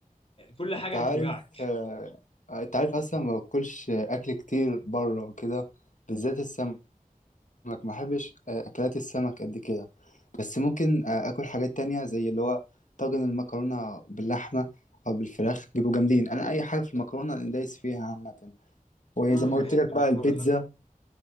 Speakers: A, on the left; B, on the left.
A: كل حاجة
B: انت عارف
A: هتوجعك
B: آه انت عارف اصلا ما باكلش اكل كتير بره وكده بالذات السمك ما بحبش آه، اكلات السمك قد كده بس ممكن آه، اكل حاجات تانية زي اللي هو طاجن المكرونة باللحمة او بالفراخ بيبقوا جامدين انا اي حاجة في المكرونة انا دايس فيها عامة وزي
A: امم
B: ما قلت
A: بحب
B: لك
A: المكرونة
B: بقى البيتزا
A: باللحمة